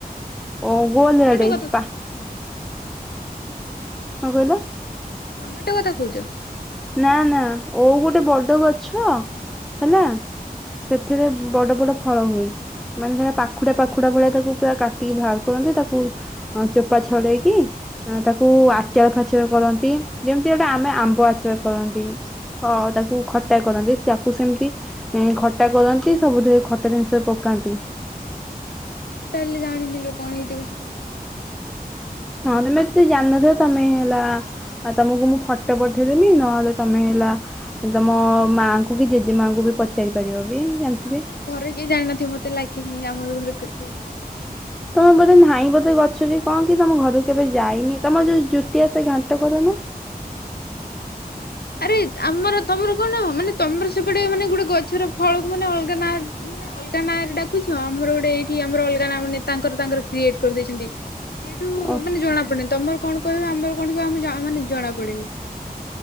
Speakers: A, in the centre; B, on the left (about 80°).
A: ଓଉଁ ଗୋଲିଆ
B: ଏଇ ଟମାଟୋ
A: ଡେ
B: କଥା
A: ପା କଣ କହିଲ?
B: ଟମାଟୋ କଥା କହୁଛ
A: ନାଁ ନାଁ ଓଉ ଗୋଟେ
B: ହୁଁ
A: ବଡ ଗଛ ହେଲା। ସେଥିରେ ବଡ ବଡ ଫଳ ହୁଏ। ମାନେ ସେଟା ପାଖୁଡା ପାଖୁଡା ଭଳିଆ ତାକୁ ପୁରା କାଟିକି ବାହାର କରନ୍ତି ତାକୁ ହଁ ଚୋପା ଛଡେଇକି ତାକୁ ଆଚାର ଫାଚାର କରନ୍ତି। ଯେମିତି ଗୋଟେ ଆମେ ଆମ୍ବ ଆଚାର କରନ୍ତି କଣ ତାକୁ ଖ ଖଟା କରନ୍ତି ସେଆକୁ ସେମିତି ଖଟା କରନ୍ତି ସବୁଥିରେ ଖଟା ଜିନିଷ ପକାନ୍ତି।
B: ତାହେଲେ ଜାଣିଥିଲୁ ସେଟା ଆଉ
A: ହଁ ତମେ ଏତେ କିଛି ଜାଣିନଥିଲ ତମେ ହେଲା ଆଉ ତମକୁ ମୁଁ ଫଟୋ ପଠେଇଦେବି ନହେଲେ ତମେ ହେଲା ତୁମ ମାଆଙ୍କୁ
B: ହଁ
A: କି
B: ମୁଁ
A: ଜେଜେ ମାଆଙ୍କୁ ବି ପଚାରି ପାରିବ ବି ଜାଣିଥିବି।
B: ନା ଆମର ଘରେ କିଏ ଜାଣିନଥିବ ମୋତେ ଲାଗିନି ଆମର ଘରେ ଲୋକ କେହିଁ ଜାଣିଥିବେ?
A: ତମେ ବୋଧେ ନାଇଁ ବୋଧେ ଗଛରେ କଣ କି ତମ ଘରକୁ କେବେ ଯାଇନି ତମ ଯୋଉଁ ଜୁତିଆ ଓଷା ଘାଣ୍ଟ କରନ୍ତିନି।
B: ନାଁ ଆରେ ଆମର ତମର କଣ ମାନେ ତମର ସେପଟେ ମାନେ ଗୋଟେ ଗଛର ଫଳ କୁହନି ମାନେ ଅଲଗା ନାଁ ମାନେ ଏ ଅଲଗା ଡାକୁଛ ଆମର ଗୋଟେ ଏଇଠି ଆମର ଅଲଗା ନା ମାନେ ତାଙ୍କର ତାଙ୍କର କ୍ରିଏଟ କରିଦେଇଛନ୍ତି ସିଏ ଏଇଠି
A: ଓହୋ।
B: ଜଣା ପଡେ ତମର କଣ କହିବ ଆମର କଣ କହିବା ଆମ ମାନେ ଜଣା ପଡେନି।